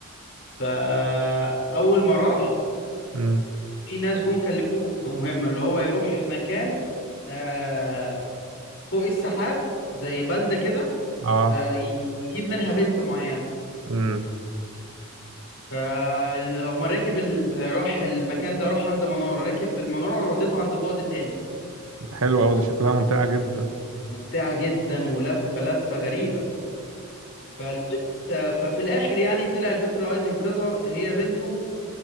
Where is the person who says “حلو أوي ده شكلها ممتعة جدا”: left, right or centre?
Right